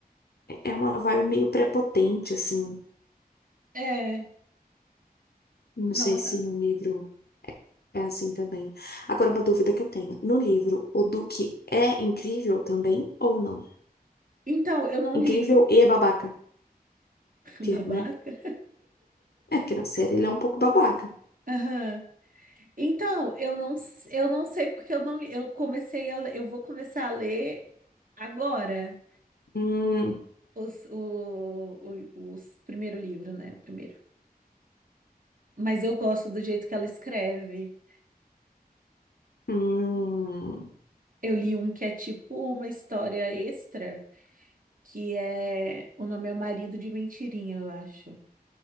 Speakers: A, on the left; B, on the right.
A: É é uma vibe meio prepotente, assim.
B: É,
A: Não
B: nossa.
A: sei se no livro é assim também. Agora, uma dúvida que eu tenho. No livro, o Duque é incrível também ou não?
B: Então, eu não
A: Incrível
B: li
A: e é babaca.
B: <laughs>
A: Porque,
B: Babaca.
A: né? É, porque na série ele é um pouco babaca.
B: Aham. Então, eu não, s- eu não sei porque eu não, li- eu comecei a, le- eu vou começar a ler agora
A: Hum,
B: os, o, o, os primeiro livro, né? O primeiro. Mas eu gosto do jeito que ela escreve.
A: hum.
B: Eu li um que é tipo uma história extra, que é o nome é O Marido de Mentirinha, eu acho.